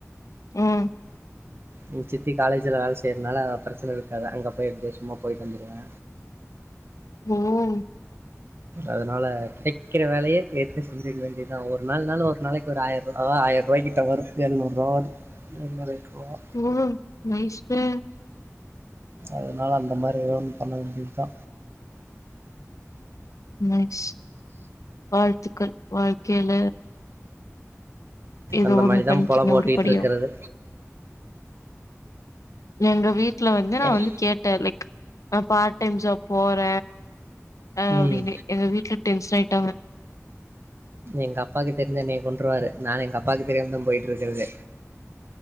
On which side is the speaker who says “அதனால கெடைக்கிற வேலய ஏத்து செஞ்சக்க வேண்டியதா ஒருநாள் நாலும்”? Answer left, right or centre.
Right